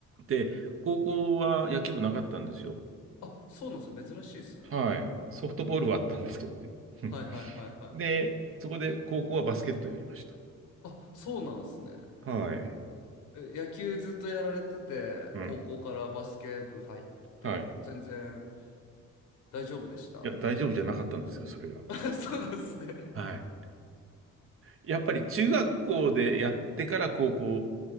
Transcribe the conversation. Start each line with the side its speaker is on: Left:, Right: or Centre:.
Right: で、高校は野球部なかったんですよ。
Left: あ、そうなんですよ。珍しいですね。
Right: はい。ソフトボールはあったんですけどね。
Left: うん。
Right: <laughs>
Left: はいはいはいはい。
Right: で、そこで高校はバスケットやりました。
Left: あ、そうなんですね。
Right: はい。
Left: え野球ずっとやられてて、
Right: うん。
Left: 高校からバスケ部入っても全然
Right: はい。
Left: 大丈夫でした。
Right: いや、大丈夫じゃなかったんですよ、それが。
Left: <laughs> そうですね。
Right: はい。やっぱり中学校でやってから高校